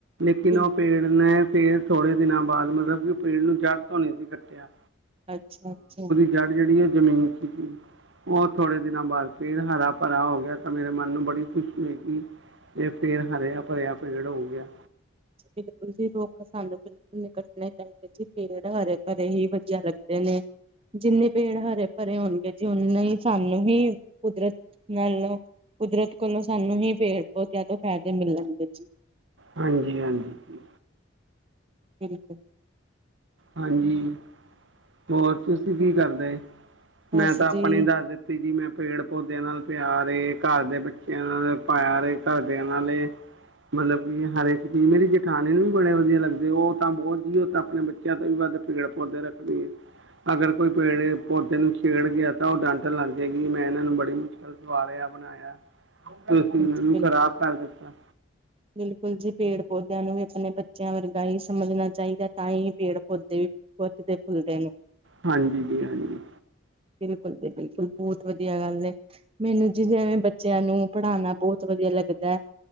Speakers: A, on the right (about 75°); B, on the right (about 30°).
A: ਲੇਕਿਨ
B: ਬਿਲਕੁਲ
A: ਉਹ ਪੇੜ ਨੇ ਫਿਰ ਫੇਰ ਥੋੜੇ ਦਿਨਾਂ ਬਾਅਦ ਮਤਲਬ ਕਿ ਉਹ ਪੇੜ ਨੂੰ ਜੜ੍ਹ ਤੋਂ ਨਹੀਂ ਸੀ ਕੱਟਿਆ।
B: ਅੱਛਾ ਅੱਛਾ।
A: ਜੜ੍ਹ ਜਿਹੜੀ ਉਹ ਜ਼ਮੀਨ ਚ ਸੀਗੀ। ਉਹ ਥੋੜੇ ਦਿਨਾਂ ਬਾਅਦ ਫਿਰ ਹਰਾ ਭਰਾ ਹੋ ਗਿਆ ਤਾਂ ਮੇਰੇ ਮਨ ਨੂੰ ਬੜੀ ਖੁਸ਼ੀ ਹੋਈ ਕਿ ਇਹ ਪੇੜ ਹਰਿਆ ਭਰਿਆ ਪੇੜ ਹੋ ਗਿਆ।
B: ਬਿਲਕੁਲ ਜੀ ਰੁੱਖ ਸਾਨੂੰ ਕੱਟਣੇ ਚਾਹੀਦੇ ਸੀ ਪੇੜ ਹਰੇ ਭਰੇ ਹੀ ਵਧੀਆ ਲੱਗਦੇ ਨੇ। ਜਿੰਨੇ ਪੇੜ ਹਰੇ ਭਰੇ ਹੋਣਗੇ ਜੀ ਓਨੇ ਹੀ ਸਾਨੂੰ ਵੀ ਕੁਦਰਤ ਨਾਲ ਕੁਦਰਤ ਕੋਲੋਂ ਸਾਨੂੰ ਹੀ ਪੇੜ ਪੌਦਿਆਂ ਤੋਂ ਫਾਇਦੇ ਮਿਲ ਲਣਗੇ ਜੀ।
A: ਹਾਂਜੀ ਹਾਂਜੀ।
B: ਬਿਲਕੁੱਲ।
A: ਹਾਂਜੀ ਹੋਰ ਤੁਸੀਂ ਕੀ ਕਰਦੇ
B: ਬਸ
A: ਮੈਂ ਤਾਂ ਆਪਣੇ
B: ਜੀ
A: ਦੱਸ ਦਿੱਤੀ। ਤੇ ਜੀ ਮੈਂ ਪੇੜ ਪੌਦਿਆ ਨਾਲ ਪਿਆਰ ਏ, ਘਰ ਦੇ ਬਚਿਆ ਨਾਲ ਪਿਆਰ ਏ, ਘਰਦਿਆ ਨਾਲ ਏ। ਮਤਲਬ ਕਿ ਹਰ ਇੱਕ ਚੀਜ਼ ਮੇਰੀ ਜੇਠਾਨੀ ਨੂੰ ਵੀ ਬੜੇ ਵਧੀਆ ਲੱਗਦੇ ਉਹ ਤਾਂ ਬਹੁਤ ਜ ਉਹ ਤਾਂ ਆਪਣੇ ਬੱਚੇ ਬੱਚਿਆਂ ਤੋਂ ਵੀ ਵੱਧ ਪੇੜ ਪੌਦੇ ਰੱਖਦੀ ਹੈ। ਅਗਰ ਕੋਈ ਪੇੜ ਪੌਦੇ ਨੂੰ ਛੇੜ ਗਿਆ ਤਾਂ ਉਹ ਡਾਟਣ ਲੱਗ ਜਾਏਗੀ ਮੈਂ ਇਹਨਾਂ ਨੂੰ ਬੜੀ ਮੁਸ਼ਕਿਲ ਨਾਲ ਸਵਾਰਿਆ ਬਣਾਇਆ ਤੇ ਤੁਸੀਂ
B: ਬਿਲਕੁਲ
A: ਉਹਨਾਂ ਨੂੰ ਖ਼ਰਾਬ ਕਰ ਦਿੱਤਾ।
B: ਬਿਲਕੁਲ ਜੀ ਪੇੜ ਪੌਦਿਆਂ ਨੂੰ ਵੀ ਆਪਣੇ ਬੱਚਿਆਂ ਵਰਗਾ ਹੀ ਸਮਝਣਾ ਚਾਹੀਦਾ। ਤਾਂ ਹੀ ਪੇੜ ਪੌਦੇ ਵੱਧਦੇ ਫੁੱਲਦੇ ਨੇ।
A: ਹਾਂਜੀ ਜੀ ਹਾਂਜੀ
B: ਬਿਲਕੁਲ ਜੀ ਬਿਲਕੁਲ ਬਹੁਤ ਵਧੀਆ ਗੱਲ। ਮੈਨੂੰ ਜਿਵੇਂ ਬੱਚਿਆਂ ਨੂੰ ਪੜ੍ਹਾਉਣਾ ਬਹੁਤ ਵਧੀਆ ਲੱਗਦਾ ਹੈ।